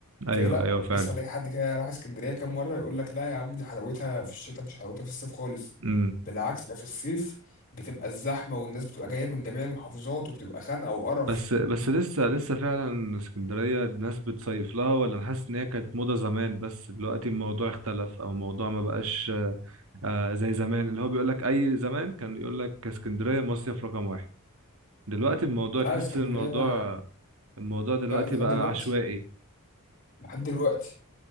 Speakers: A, on the right; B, on the left.
A: ايوه
B: فهي لا
A: ايوه فعلا
B: اسال اي حد كده راح اسكندريه كام مره يقول لك لا يا عم دي حلاوتها في الشتاء مش حلاوتها في الصيف خالص
A: امم
B: بالعكس ده في الصيف بتبقى الزحمه والناس بتبقى جايه من جميع المحافظات وبتبقى خانقه وقرف
A: بس بس لسه لسه فعلا اسكندريه الناس بتصيف لها ولا انا حاسس ان هي كانت موضه زمان بس دلوقتي الموضوع اختلف او الموضوع ما بقاش آه زي زمان اللي هو بيقول لك اي زمان كان يقول لك اسكندريه مصيف رقم واحد دلوقتي الموضوع
B: لا
A: تحس
B: اسكندرية
A: ان الموضوع الموضوع دلوقتي
B: لا لحد
A: بقى
B: دلوقتي
A: عشوائي
B: لحد دلوقتي